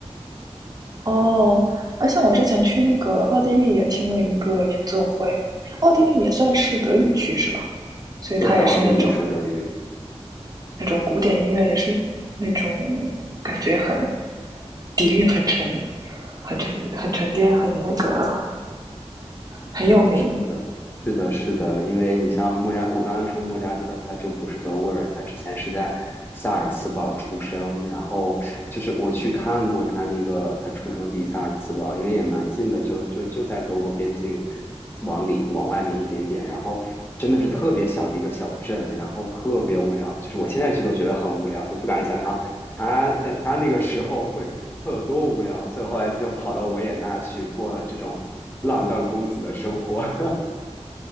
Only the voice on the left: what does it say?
对啊，奥地利说德语。
是的，是的，是的，因为你像莫扎，我刚刚说莫扎特，他就不是德国人，他之前是在萨尔茨堡出生，然后就是我去看过他那个他出生地萨尔茨堡，因为也蛮近的，就就就在德国边境往里往外面一点点，然后真的是特别小的一个小镇，然后特别无聊，就是我现在去都觉得很无聊，就不敢想象他在他那个时候会会有多无聊，所以后来就跑到维也纳去过了这种浪荡公子的生活。<laughs>